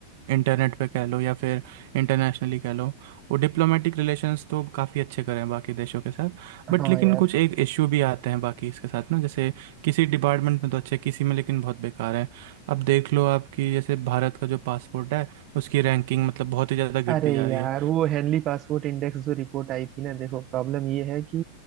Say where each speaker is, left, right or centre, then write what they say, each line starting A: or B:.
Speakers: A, on the right; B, on the right.
A: इंटरनेट पे कह लो या फिर इंटरनेशनली कह लो वो डिप्लोमेटिक रिलेशंस तो काफ़ी अच्छे करे हैं बाकी देशों के साथ बट
B: हाँ
A: लेकिन
B: यार
A: कुछ एक इशू भी आते हैं बाकी इसके साथ ना जैसे किसी डिपार्टमेंट में तो अच्छे किसी में लेकिन बहुत बेकार है अब देख लो आपकी जैसे भारत का जो पासपोर्ट है उसकी रैंकिंग मतलब बहुत ही ज़्यादा
B: अरे
A: गिरती जा
B: यार
A: रही है
B: वो हेनली पासपोर्ट इंडेक्स जो रिपोर्ट आई थी ना देखो प्रॉब्लम ये है कि